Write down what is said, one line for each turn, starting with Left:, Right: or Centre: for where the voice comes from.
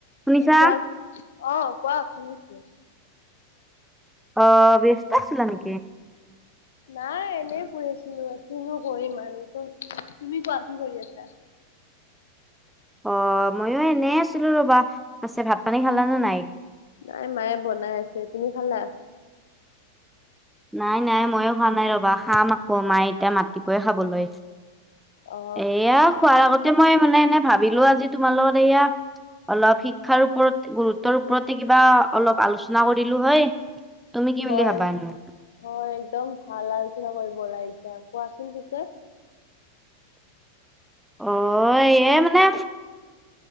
Centre: শুনিছা?
Left: কোৱা অ কোৱা শুনিছো
Centre: আহ ব্যস্ত আছিলা নেকি
Left: নাই এনেই শুই আছিলো কিনো কৰিম আৰু তুমি কোৱা কি কৰি আছা
Centre: <inaudible> অ ময়ো এনে আছিলো ৰবা পাছে ভাত পানী খালানে নাই
Left: নাই মায়ে বনাই আছে তুমি খালা
Centre: নাই নাই ময়ো হোৱা নাই ৰবা খাম আকৌ মায়ে এতিয়া মাতিপয়ে খাবলৈ
Left: অ
Centre: এয়া খোৱাৰ আগতে মই মানে এনে ভাবিলো আজি তোমাৰ লগত এয়া অলপ শিক্ষাৰ ওপৰত গুৰুত্বৰ ওপৰতে কিবা অলপ আলোচনা কৰিলো হয় তুমি কি
Left: হয়
Centre: বুলি ভাবা এনেই
Left: হয় একদম ভাল আলোচনা কৰিব ওলাইছে কোৱাচোন পিছে
Centre: অ এ মানে